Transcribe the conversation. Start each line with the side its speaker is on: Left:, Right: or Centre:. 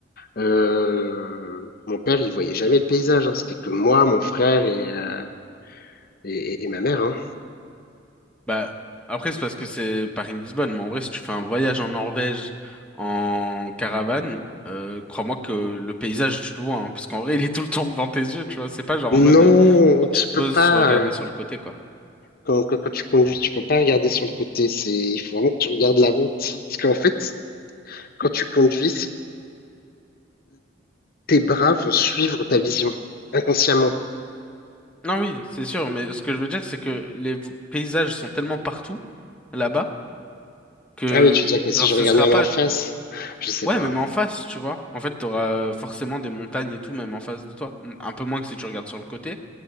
Left: Euh, mon père, il voyait jamais le paysage, hein. C'était que moi, mon frère et, euh, et, et ma mère, hein.
Centre: Bah, après, c'est parce que c'est Paris-Lisbonne, mais en vrai, si tu fais un voyage en Norvège en caravane, euh, crois-moi que le paysage, tu le vois, hein, parce qu'en vrai, <laughs> il est tout le temps devant tes yeux, tu vois. C'est pas genre
Left: Non,
Centre: en mode, euh, faut que
Left: tu
Centre: tu te
Left: peux
Centre: poses,
Left: pas,
Centre: regarder
Left: euh,
Centre: sur le côté, quoi.
Left: quand, quand, quand tu conduis, tu peux pas regarder sur le côté. C'est, il faut vraiment que tu regardes la route. Parce qu'en fait, quand tu conduis, c'est- tes bras vont suivre ta vision, inconsciemment.
Centre: Non, oui, c'est sûr, mais ce que je veux dire, c'est que les v- paysages sont tellement partout, là-bas, que,
Left: Ah oui, tu dis que
Centre: genre,
Left: si je
Centre: ce
Left: regardais
Centre: sera pas,
Left: en face, je sais
Centre: ouais,
Left: pas.
Centre: même
Left: <laughs>
Centre: en face, tu vois. En fait, t'auras euh, forcément des montagnes et tout, même en face de toi. Un peu moins que si tu regardes sur le côté.